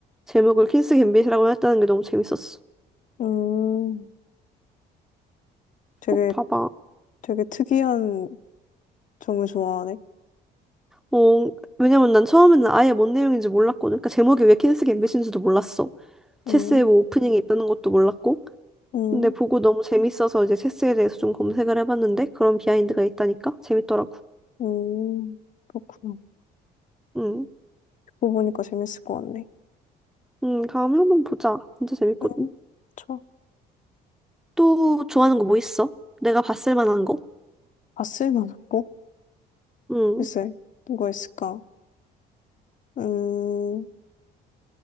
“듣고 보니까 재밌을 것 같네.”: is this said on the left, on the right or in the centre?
Left